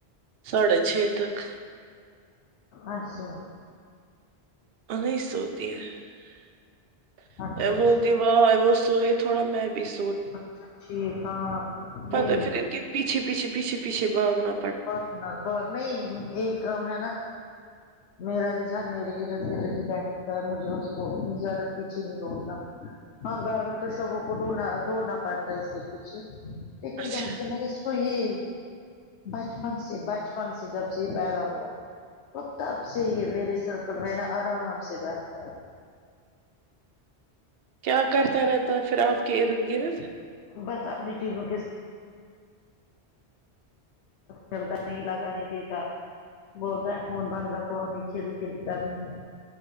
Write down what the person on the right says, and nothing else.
ساھے چھ تک
نہیں سوتی ہے
وہ
د وہ وہ سوئے تھوڑا می بھیس
پت
پھر انن کے پچھ پچھ پچھ پچھ باغنا
اچھا
کیا کرتا رہتا پھر آپ کے ارد گرد